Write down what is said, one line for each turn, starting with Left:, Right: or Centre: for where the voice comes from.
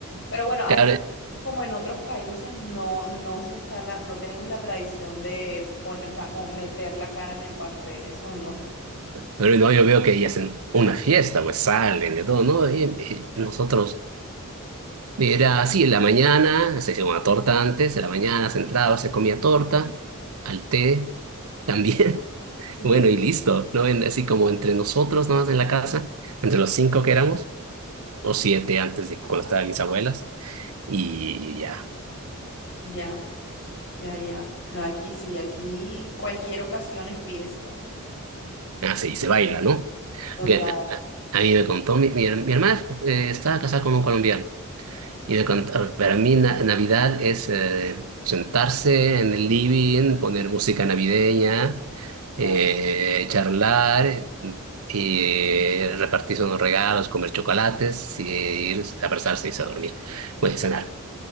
Left: Pero bueno, aquí
Right: Claro,
Left: como en otros países no, no se está la, no tenemos la tradición de poner, o sea, como meter la cara en el pastel, eso no. <laughs>
Right: pero no, yo veo que ellas hacen una fiesta, pues salen de todo, ¿no? Y, y nosotros, era así, en la mañana se hacía una torta antes, en la mañana se entraba, se comía torta, al té también, <laughs>
Left: Sí.
Right: bueno, y listo, ¿no? En- así como entre nosotros nomás en la casa, entre los cinco que éramos, o siete antes de cuando estaban mis abuelas, y ya,
Left: Ya, ya, ya. No, aquí sí, aquí cualquier ocasión es fiesta.
Right: así, y se baila, ¿no?
Left: Total,
Right: Que- a a mí me contó, mi, mi her- mi hermana eh, estaba casada con un colombiano. Y de cont- a- para mí na- Navidad es eh, sentarse en el living, poner música navideña,
Left: claro,
Right: eh, charlar, eh, y repartirse unos regalos, comer chocolates, y ir a abrazarse y irse a dormir. Bueno, cenar.